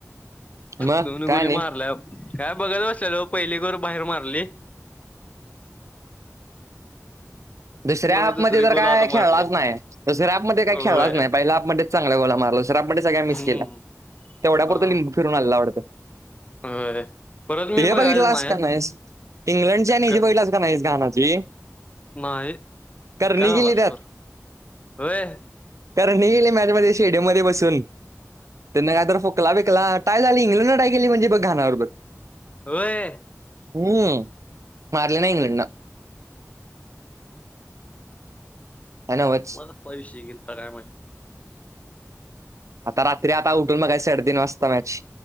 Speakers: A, on the right; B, on the left.
A: मग
B: दोन
A: काय
B: गोली
A: आणि
B: मारल्या काय बघत असल पहिली गोल बाहेर मारले.
A: दुसऱ्या हाफमध्येध्य
B: मग दुसरी गोल
A: तर काय
B: आत मारली
A: खेळलाच नाही. दुसऱ्या हापमध्ये काही
B: होय
A: खेळलाच नाही पहिला हापमध्येच चांगल्या गोला मारल. दुसऱ्या हापमध्ये सगळ्या मिस
B: हम्म
A: केल्या. तेवढ्यापुरत
B: हा
A: लिंबू
B: हा
A: फिरून आणला वाढत.
B: होय परत
A: ते
B: मी
A: हे बघितलंस
B: बघायच नाही
A: का नाहीस इंग्लंडची आणि हेची
B: का
A: बघितला नाहीस का गानाची.
B: नाही.
A: करणी
B: काय झाला
A: गेली
B: स्कोर
A: त्यात,
B: होय
A: करणी केली, म्यॅच स्टेडियम मध्ये बसून. त्यांना काय तर फोकला बेकला टाय झाली इंग्लंड टाय केली म्हणजे बघ घाना बरोबर.
B: होय
A: हम् मारले ना इंग्लंड न. नवच
B: असला कसला विषय केलता काय माहीत.
A: आता रात्री आता उठून मगा साडेतीन वाजता मॅच.